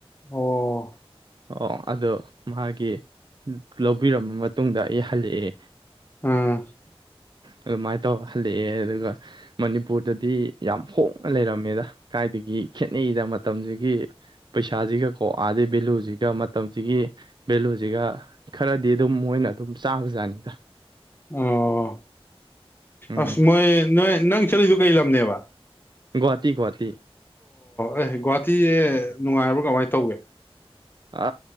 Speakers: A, on the left; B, on the right.
A: ꯑꯣ
B: ꯑꯣ ꯑꯗꯣ ꯃꯥꯒꯤ ꯂꯧꯄꯤꯔꯃ ꯃꯇꯨꯡꯗ ꯑꯩ ꯍꯜꯂꯛꯑꯦ
A: ꯑꯥ
B: ꯎꯝ ꯑꯗꯨꯃꯥꯏꯅ ꯇꯧ ꯍꯜꯂꯛꯑꯦ ꯑꯗꯨꯒ ꯃꯅꯤꯄꯨꯔꯗꯗꯤ ꯌꯥꯝ ꯍꯣꯡꯅ ꯂꯩꯔꯝꯃꯦꯗ ꯀꯥꯏꯗꯒꯤ ꯈꯦꯠꯅꯩꯗ ꯃꯇꯝꯁꯤꯒꯤ ꯄꯩꯁꯥꯁꯤꯒ ꯀꯣꯛ ꯑꯥꯗꯩ ꯚꯦꯂꯨꯁꯤꯒ ꯃꯇꯝꯁꯤꯒꯤ ꯚꯦꯂꯨꯁꯤꯒ ꯈꯔꯗꯤ ꯑꯗꯨꯝ ꯃꯣꯏꯅ ꯑꯗꯨꯝ ꯆꯥꯕꯖꯥꯠꯅꯤꯗ
A: ꯑꯣ
B: ꯎꯝ
A: ꯑꯁꯃꯣꯏ ꯅꯣꯏ ꯅꯪ ꯆꯂꯤꯗꯨꯨ ꯀꯩ ꯂꯝ ꯑꯅꯦ ꯑꯦꯕ
B: ꯒꯨꯍꯥꯇꯤ ꯒꯨꯍꯥꯇꯤ
A: ꯑꯦ ꯒꯨꯍꯥꯇꯤꯁꯦ ꯅꯨꯡꯉꯥꯏꯕ꯭ꯔꯣ ꯀꯃꯥꯏꯅ ꯇꯧꯒꯦ
B: ꯑ